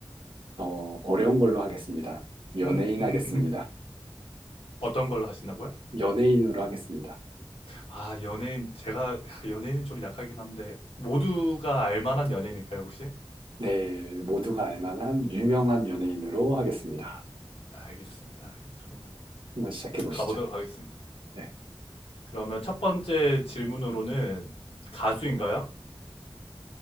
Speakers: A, on the right; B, on the left.
A: 어, 어려운 걸로 하겠습니다. 연예인
B: 음, 음,
A: 하겠습니다.
B: 음. 음. 어떤 걸로 하신다고요?
A: 연예인으로 하겠습니다.
B: 아, 연예인, 제가 연예인은 좀 약하긴 한데, 모두가 알 만한 연예인일까요, 혹시?
A: 네, 모두가 알 만한 유명한 연예인으로 하겠습니다.
B: 알겠습니다. 그러면
A: 한번 시작해 보시죠.
B: 가보도록 하겠습니다.
A: 네.
B: 그러면 첫 번째 질문으로는 가수인가요?